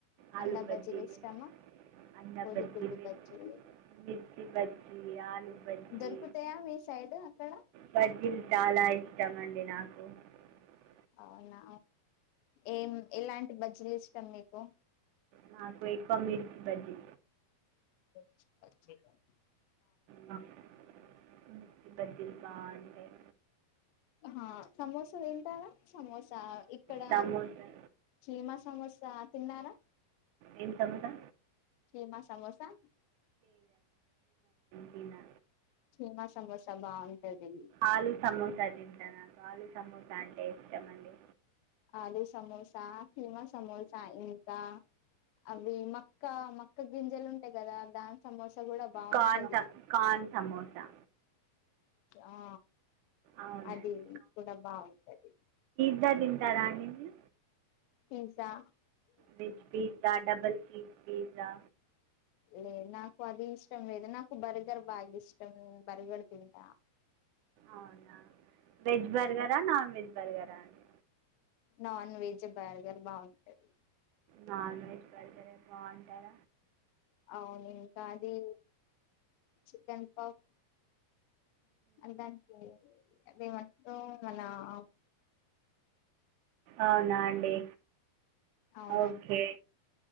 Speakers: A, on the right; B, on the left.
A: ఆలు
B: అండా
A: బజీలు
B: బజ్జీలు ఇష్టమా
A: అన్నబజీలు
B: కోడిగుడ్డు బజ్జీలు
A: మిర్చి బజ్జి ఆలు బజ్జి
B: దొరుకుతాయా మీ సైడ్ అక్కడ
A: బజ్జీలు చాలా ఇష్టమండి నాకు ఓక
B: అవునా ఏం ఎలాంటి బడ్జెలు ఇష్టం మీకు
A: నాకు ఎక్కువ మీర్ బజ్జి
B: లు
A: మిర్చి బజ్జిలు బాగుంటాయి
B: హ సమోస తింటారా సమోసా ఇక్కడ
A: సమోసా
B: చీమా సమోసా తిన్నారా
A: ఏం సమోసా
B: చీమా సమోసా
A: తినా
B: చిమా సమోస బాగుంటది
A: ఆలు సమోసా తింట నాకు ఆలు సమోసా అంటే ఇష్టం అండి
B: ఆలు సమోసా కీమా సమోసా ఇంకా అవి మక్క మక్క గింజలు ఉంటాయి కదా దాని సమోసా కూడా బాగుంటది
A: కార్న్ స కార్న్ సమోసా
B: ఆ
A: అవునండి
B: అది కూడా బాగుంటది
A: జ్జా దింటారండి మీరు
B: తీస్సా
A: rich pizza double cheese pizza
B: లేదు నాకు అది ఇష్టం లేదు నాకు బర్గర్ బాగా ఇష్టం బర్గర్ తింట
A: అవునా వెజ్ బర్గరా నాన్ వెజ్ బర్గారా అండి
B: నాన్ వెజ్ బర్గర్ బాగుంటది
A: నాన్ వెజ్ బర్గరే బాగుంటద
B: అవును ఇంకా అది చికెన్ పాప్ అ దానికి అదేమ గాన అవ్
A: అవునా అండి
B: అవునండి
A: ఓకే